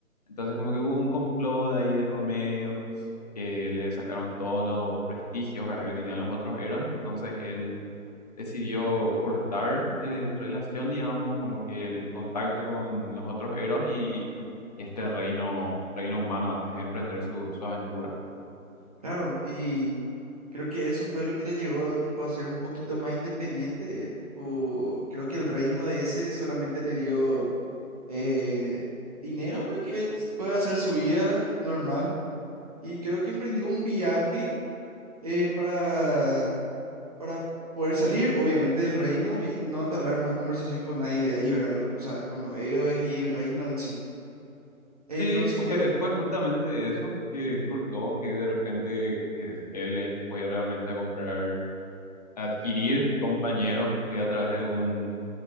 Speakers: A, on the left; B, on the right.
A: Entonces como que hubo un complot ahí de por medio, que le sacaron todos los prestigios, ¿verdad? Que tenían los otros héroes. Entonces él decidió cortar eh, relación, digamos, como que el contacto con los otros héroes y... y este reino, reino humano antes de emprender su, su aventura.
B: Claro, y creo que eso fue lo que le llevó, tipo, a ser un poquito más independiente. Tipo, creo que el reino de ese solamente le dio eh, dinero para que él s- pueda hacer su vida normal. Y creo que emprendió un viaje eh, para para po- poder salir, obviamente, del reino y no entablar más conversación con nadie de ahí, ¿verdad? Lo- O sea, con los héroes y el reino en sí. Entonces
A: Sí, fue,
B: creo, que
A: fue justamente eso que Courtois, que de repente eh, él fue realmente a comprar, a adquirir compañeros eh, a través de un,